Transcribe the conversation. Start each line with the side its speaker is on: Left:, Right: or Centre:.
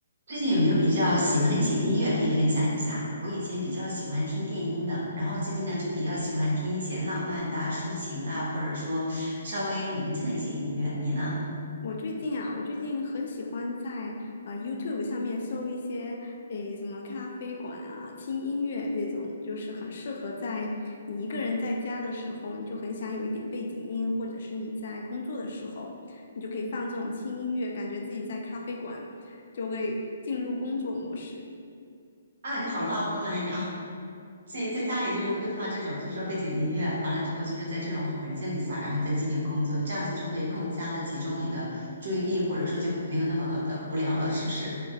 Right: 最近有没有比较喜欢的一些音乐可以分享一下？我以前比较喜欢听电音的，然后最近呢就比较喜欢听一些浪漫的啊抒情的啊或者说稍微宁静的一些音乐。你呢？
Left: 我最近啊，我最近很喜欢在呃 YouTube 上面搜一些诶什么咖啡馆啊、轻音乐这种，就是很适合在你一个人在家的时候，你就很想有一点背景音，或者是你在工作的时候，你就可以放这种轻音乐，感觉自己在咖啡馆，就会进入工作模式。
Right: 啊，你好浪漫呀！<laughs> 自己在家里就是会放这种，就是说背景音乐，完了之后就是在这种环境里下，然后你再进行工作，这样子就会更加的集中你的注意力，或者说就没有那么的无聊了，是不是？